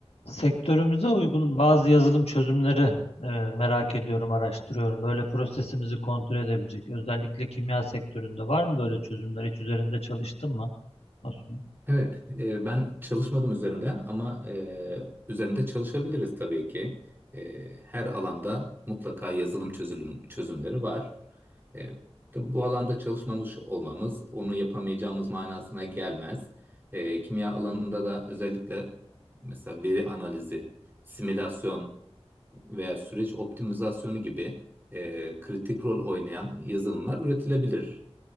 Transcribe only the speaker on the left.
Sektörümüze uygun bazı yazılım çözümleri e, merak ediyorum, araştırıyorum. Böyle prosesimizi kontrol edebilecek. Özellikle kimya sektöründe var mı böyle çözümler? Hiç üzerinde çalıştın mı? Osman?